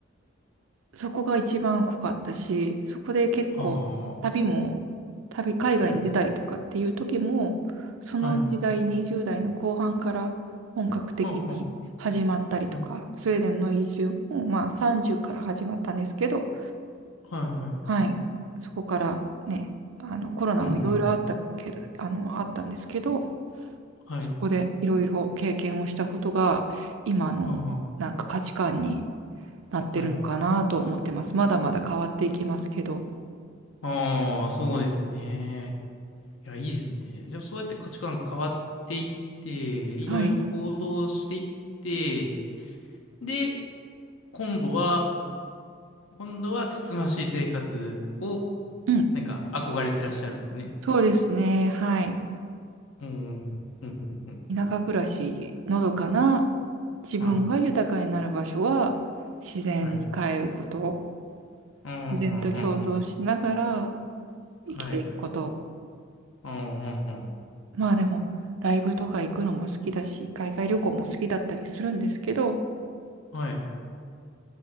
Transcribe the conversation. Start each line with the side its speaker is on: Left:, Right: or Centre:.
Right: そこが一番濃かったし、そこで結構旅も、
Left: は
Right: 旅、海外に出たりとかっていう時も、
Left: あ。はい。
Right: その時代、
Left: はい。
Right: 20代の後半から本格的に始まったりとか、
Left: はあ、はあ。はい。
Right: スウェーデンの移住も、まあ30から始まったんですけど、
Left: はい、はい。
Right: はい、そこからね、あのコロナもいろいろあったかけるあの、
Left: うん、うん。
Right: あったんですけど、
Left: はい。
Right: そこでいろいろ経験をしたことが、今のなんか価値観に
Left: はあ。
Right: なってるのかなと思ってます。
Left: はい。
Right: まだまだ変わっていきますけど。
Left: ああ、そうですね。いや、いいですね。じゃあ、そうやって価値観変わっていって、いろいろ行動していって、
Right: はい。
Left: で、今度は、今度は、つつましい生活を、
Right: うん。
Left: なんか、憧れてらっしゃるんですね。
Right: そうですね。はい。
Left: うん、うん、うん、うん。うん
Right: 田舎暮らし、のどかな自分が豊かになる場所は自然に帰ること、
Left: はい。はい。うんうんうんうん。
Right: 自然と共存しながら
Left: はい。
Right: 生きていくこと。
Left: うんうんうん。
Right: まあでも、ライブとか行くのも好きだし、海外旅行も好きだったりするんですけど、
Left: はい。